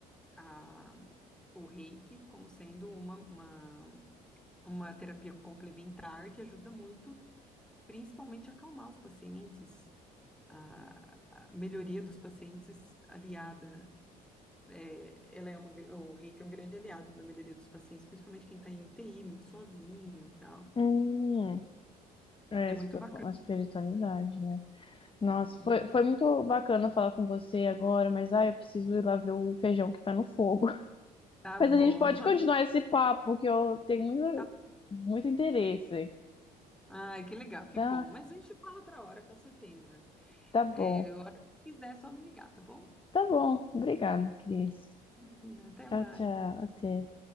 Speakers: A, in the centre; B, on the left.
A: a, o reiki como sendo uma, uma, uma terapia complementar que ajuda muito principalmente acalmar os pacientes, a, a melhoria dos pacientes aliada. É, ela é uma, gran- o reiki é um grande aliado na melhoria dos pacientes, principalmente quem está em UTI, muito sozinho e tal.
B: hum. É
A: É
B: espi-
A: muito bacana.
B: uma espiritualidade, né? Nossa, foi,
A: Uhum.
B: foi muito bacana falar com você agora, mas ai, eu preciso ir lá ver o feijão que tá no fogo. <laughs>
A: Tá bom.
B: Mas a gente pode continuar esse papo, que eu tenho muito,
A: <laughs>
B: muito interesse.
A: Ai, que legal, que
B: Tá,
A: bom. Mas a gente fala outra hora, com certeza.
B: tá bom.
A: É, a hora que você quiser, é só me ligar, tá bom?
B: Tá bom. Obrigada, Cris.
A: Imagina, até
B: Tchau,
A: mais.
B: tchau. Até.